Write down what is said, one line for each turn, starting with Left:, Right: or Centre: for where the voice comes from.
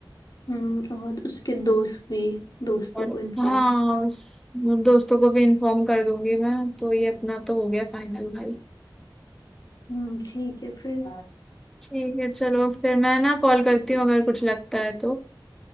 Left: हम्म, और उसके दोस्त भी दोस्तों
Centre: और
Left: को इन्फॉर्म
Centre: हाँ उस दोस्तों को भी इन्फॉर्म कर दूंगी मैं तो ये अपना तो हो गया फाइनल भाई
Left: हम्म ठीक है फिर
Centre: ठीक है चलो फिर मैं ना कॉल करती हूँ अगर कुछ लगता है तो